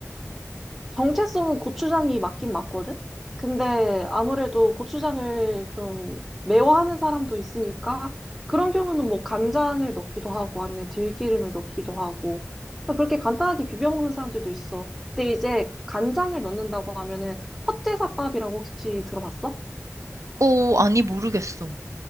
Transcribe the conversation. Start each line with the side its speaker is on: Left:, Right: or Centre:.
Centre: 정체성은 고추장이 맞긴 맞거든? 근데 아무래도 고추장을 좀 매워하는 사람도 있으니까 그런 경우는 뭐 간장을 넣기도 하고 아니면 들기름을 넣기도 하고 그러니까 그렇게 간단하게 비벼 먹는 사람들도 있어. 근데 이제 간장을 넣는다고 하면은 헛제사밥이라고 혹시 들어봤어?
Right: 어, 아니, 모르겠어.